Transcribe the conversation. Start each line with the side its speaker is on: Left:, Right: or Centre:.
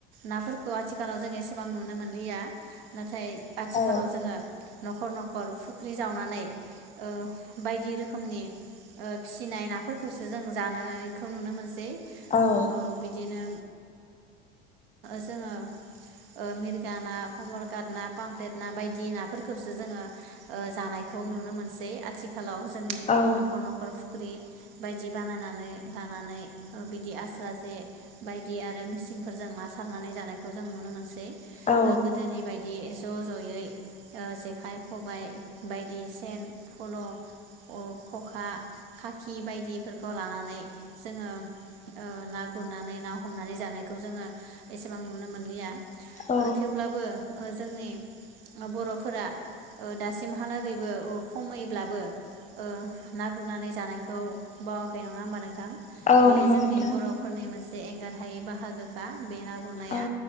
Right: नाफोरखौ आथिखालाव जों एसेबां नुनो मोनलिया नाथाय आथिखालाव
Left: औ
Right: जोङो नखर नखर फुख्रि जावनानै ओ बायदि रोखोमनि ओ फिसिनाय नाफोरखौसो जों जानायखौ नुनो मोनसै ओ
Left: औ
Right: बिदिनो जोङो ओ मिरगा ना कमलकात ना पामप्लेट ना बायदि नाफोरखौसो जोङो ओ जानायखौ नुनो मोनसै आथ खालाव जोंनि
Left: औ
Right: नखर नखर फुख्रि बायदि बानायनानै लानानै ओ बिदि आस्रा जे बायदि आरो मिसिं ना सारनानै जानायखौ जों नुनो मोनसै
Left: औ
Right: ओ गोदोनि बायदि ज' ज'यै ओ जेखाइ खबाइ बायदि सेन फल' अ खखा खाखि बायदि फोरखौ लानानै जोङो ओ ना गुरनानै ना हमनानै जानाय बेखौ जोङो एसेबां नुनो मोनलिया
Left: औ
Right: ओ थेवब्लाबो ओ जोंनि ओ बर'फोरा ओ दासिमहालागैबो ओ खमैब्लाबो ओ ना गुरनानै जानायखौ बावाखै नङा होमबा नोंथां।
Left: औ
Right: बेयो
Left: नंगौ
Right: जोंनि
Left: नोंथां
Right: बर'फोरनि मोनसे एं गारहायै बाह हागोखा बे ना गुरनाया
Left: औ